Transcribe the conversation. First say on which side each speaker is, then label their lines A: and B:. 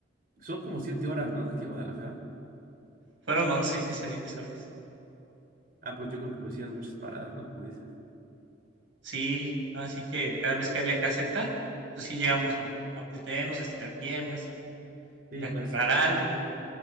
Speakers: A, on the right (about 50°); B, on the right (about 75°).
A: son como siete horas, ¿no? De aquí a Guadalajara.
B: fueron once ese, di- esa vez.
A: Ah, pues yo creo que pues hicieron muchas paradas, ¿no? Como dices.
B: Sí, así que cada vez que había caseta, pues sí llegamos a, a detenernos, a estirar piernas y
A: Sí,
B: ir a
A: por
B: comprar
A: eso,
B: algo.
A: eso,